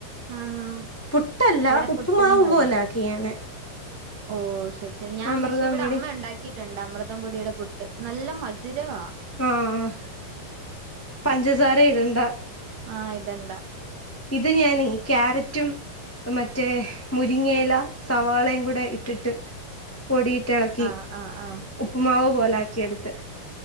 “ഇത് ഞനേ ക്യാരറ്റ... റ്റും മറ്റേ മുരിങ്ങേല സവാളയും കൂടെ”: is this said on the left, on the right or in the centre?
Left